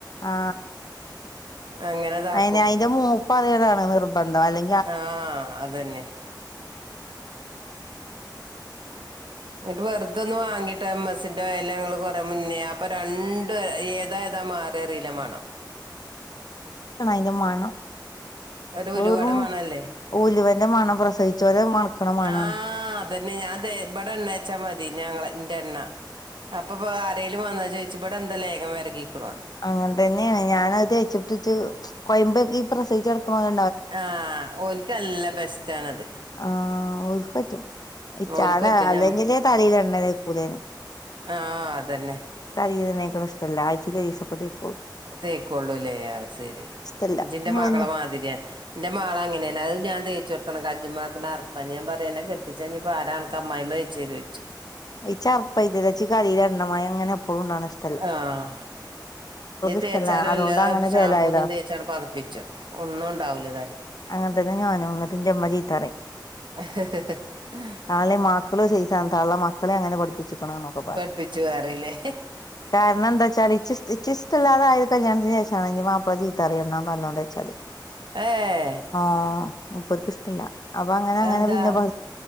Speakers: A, on the left (about 55°); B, on the right (about 80°).
A: ആ
B: അങ്ങനെ ഇതാക്കും
A: അയിന് അയിന്റെ മൂ പ്പറിയലാണ് നിർബന്ധം അല്ലെ
B: ആ അതന്നെ ന്നട്ട് വെർതൊന്ന് വാങ്ങിട്ട് എം എസി ന്റെ ഓയല് ഞങ്ങള് കൊറ മുന്നേ അപ്പ രണ്ടു ഏതാ ഏതാ മാ ക്കറീല മണം
A: അയിന്റെ മണം
B: ഒരു ഉലുവയുടെ
A: വെറും
B: മണല്ലേ
A: ഉലുവന്റെ മണം പ്രസവിചോലെ മൺക്ക്ണ മണാണ്
B: ആഹ് അതന്നെ ഞാത് ഇബടെ എണ്ണേച മതി ഞങ്ങള ന്റെ എണ്ണ അപ്പ പ്പൊ ആരെലും വന്നാ ചോയിച്ചും ഇബടെ എന്താ ലേഖം വര്ഗിക്ക്ണോന്ന്
A: അങ്ങൻ തന്നെണ് ഞാൻ അത് തെച്ച്ട്ട് ഇച്ച് കോയമ്പ് ഈ പ്രസവിച്ചട്ക്ക്ണോല്
B: ആ ഓൽക്ക് നല്ല ബെസ്സ് ആണ്ത്
A: ആ ഓൽക്ക് പറ്റും ഈ <unintelligible>
B: ഓൽക്ക് പറ്റും
A: അല്ലെങ്കിലേ
B: ഞാൻ
A: തലയില് എണ്ണ തേക്കൂല ഞാന്
B: ആ അതന്നെ
A: തലേല് എണ്ണ തേക്ക്ണ ഇഷ്ടല്ല ആഴ്ചേല് ഒരീസൊക്കെ തെക്കൊള്ളൂ
B: തേക്കൊള്ളൂ ലെ അയ് സരി
A: ഇഷ്ടല്ല
B: ഇജ്ജ് ഇന്റ
A: നിങ്ങളൊന്നും
B: മകള മാതിരിയാ ഇന്റെ മാളങ്ങനെണ് അത് ഞാ തേച്ചൊട്ക്കണം കജ്ജ്മാക്ക്ണ അർപ്പ ഞാൻ പറിം അന്നേ കെട്ടിച്ച ഇഞ് പ്പ ആരാ ക്ക അമ്മായിമ്മ തെച്ചോരോയ്ച്ചും
A: ഇച്ച് അർപ്പാ <unintelligible> ഇച്ച് തലേല് എണ്ണ മയങ്ങനെ എപ്പളും ഇണ്ടാവ്ണ ഇഷ്
B: ആ ഇഞ്
A: ഇഷ്ടല്ല
B: തേച്ചാലും
A: അതുകൊണ്ട്
B: എല്ലതും
A: അങ്ങനെ
B: ഷാംമ്പൂ
A: ചേലായതാ
B: തും തേച്ചാണ്ട് പതപ്പിച്ച ഒന്നു ഉണ്ടാവൂല തലേല്
A: അങ്ങൻ തന്നെ ഞാനും ന്നട്ട് ഇന്റെ ഇമ്മ ചീത്തറിം
B: അ
A: തള്ളീം മക്കളു ഒരു സൈസാണ് തള്ള മക്കളെ അങ്ങനെ പഠി പ്പിച്ചിക്ക്ണ് ന്നൊക്കെ പറിം
B: പഠിപ്പിച്ചു പറയില്ലേ
A: കാര്ണംന്താ ച്ചാല് ഇച്ച് ഇഷ് ഇച്ച് ഇഷ്ടല്ലാതെ ആയെ കല്യാൺത്തിന് ശേഷാണ് ഇന്റെ മാപ്പള ചീത്തറിം എണ്ണ നല്ലോം തേച്ചാല്
B: ഏഹ്
A: ആഹ് മുപ്പർക്ക് ഇഷ്ടമല്ല അപ്പൊ അങ്ങനെ അങ്ങനെ
B: എന്താ
A: പിന്നെ പ